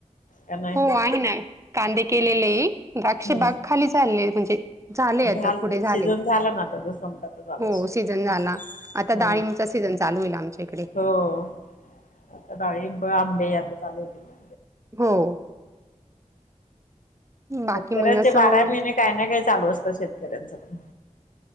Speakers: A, on the left; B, on the right.
A: का नाही?
B: हो आहे ना कांदे केलेले आहे द्राक्ष
A: हम्म
B: बाग खाली झाले म्हणजे झाले आता
A: झाल
B: कुडे झाले
A: सीझन झाला ना आता तो संपला तर झाला
B: हो सीझन झाला.
A: हम्म
B: आता डाळिंब चा सीझन चालू होईल आमच्या इकडे.
A: हो आता डाळींब आंबे आता चालू होतील ना.
B: हो. बाकी
A: शेतकऱ्यांचे
B: मग असं
A: बारा महिने काही ना काही चालू असतं शेतकऱ्यांच पण